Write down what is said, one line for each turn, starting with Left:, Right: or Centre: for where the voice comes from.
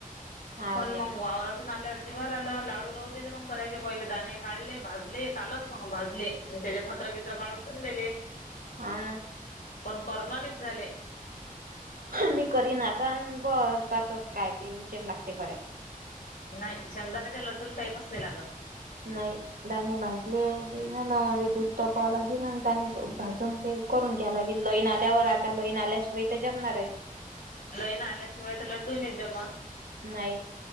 Right: हाव
Left: पण
Right: काय
Left: मंग वावरात तिथून आल्यावर जिवावर आलं. लाडू राहूदेले मंग करायचे पहिले दाणे काढले भाजले कालच मग भाजले. मंग त्याचे फत्रांकित्रां काढून ठेऊन दिले,
Right: हाव ना.
Left: पण करर्ण नाहीच झाले.
Right: मी करीन आता बस जातस काय ते उचेर लागतय करायला.
Left: नाय शेंगदाण्याच्या लड्डूला टाईमच नाय लागत.
Right: नाही दाणे भाजले की, झाल म मी दूध तापावाला घेईन आणि दाने भाजून घेईन. करून घ्याय लागेल लईन आल्यावर आता लईन आल्याशिवाय त जमणार हाय का
Left: लईन आल्याशिवाय त लड्डू नाही जमत.
Right: नाही